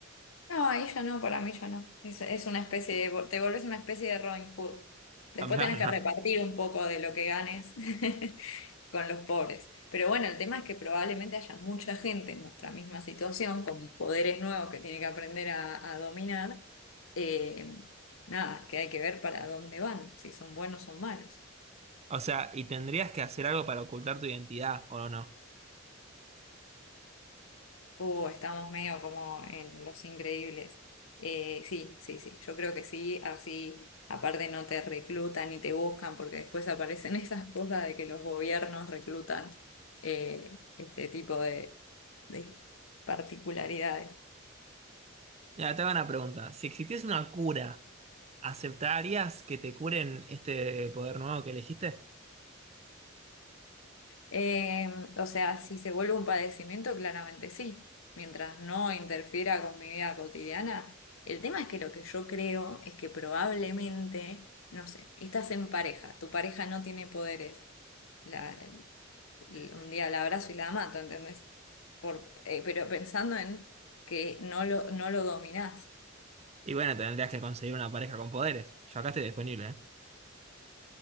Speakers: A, on the left; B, on the right.
A: No, ahí ya no, para mí ya no. Es, es una especie de, vol- te volvés una especie de Robin Hood. Después
B: <laughs> No,
A: tenés
B: no.
A: que repartir un poco de lo que ganes <laughs> con los pobres. Pero bueno, el tema es que probablemente haya mucha gente en nuestra misma situación, con poderes nuevos que tiene que aprender a, a dominar. Eh, nada, que hay que ver para dónde van, si son buenos o malos.
B: O sea, y tendrías que hacer algo para ocultar tu identidad, ¿o no?
A: Uh, estamos medio como en Los Increíbles. Eh, sí, sí, sí, yo creo que sí, así aparte no te reclutan y te buscan porque después aparecen <laughs> esas cosas de que los gobiernos reclutan eh, este tipo de, de particularidades.
B: Mira, te hago una pregunta. Si existiese una cura ¿Aceptarías que te curen este poder nuevo que elegiste?
A: Eh, o sea, si se vuelve un padecimiento, claramente sí, mientras no interfiera con mi vida cotidiana. El tema es que lo que yo creo es que probablemente, no sé, estás en pareja, tu pareja no tiene poderes. la- l- un día la abrazo y la mato, ¿entendés? Por, eh, pero pensando en que no lo, no lo dominás.
B: Y bueno, tendrías que conseguir una pareja con poderes. Yo acá estoy disponible, ¿eh?